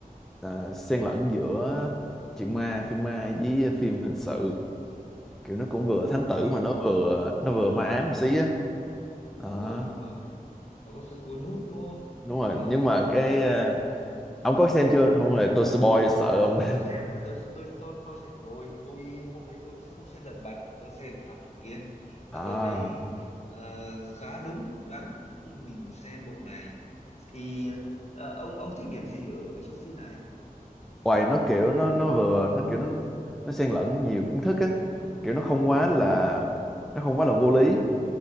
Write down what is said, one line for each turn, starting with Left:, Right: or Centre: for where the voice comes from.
Centre: à, xen lẫn giữa chuyện ma, phim ma với phim hình sự. Kiểu nó cũng vừa thám tử
Left: ừ
Centre: mà nó
Left: đúng rồi
Centre: vừa nó vừa ma ám một xí á. Đó.
Left: đúng rồi đúng rồi nó có sự cuốn hút đúng không
Centre: Đúng rồi,
Left: tại
Centre: nhưng
Left: vì cái
Centre: mà
Left: thể loại
Centre: cái
Left: này
Centre: à, ông có xem chưa? Không hề tôi spoil sợ
Left: tôi
Centre: ông.
Left: cứ tôi
Centre: <laughs>
Left: xem rồi tôi tôi tôi tôi xem rồi tôi hôm đấy tôi không xem Lật Mặt mà tôi xem Thám Tử Kiên
Centre: À.
Left: và tôi thấy ờ, khá đúng đắn khi mình xem bộ này thì ờ, ông ông thích điểm gì ở trong phim này
Centre: Hoài nó kiểu nó nó vừa nó kiểu nó nó xen lẫn nhiều kiến thức á kiểu nó không quá là
Left: ừ
Centre: nó không quá là vô lý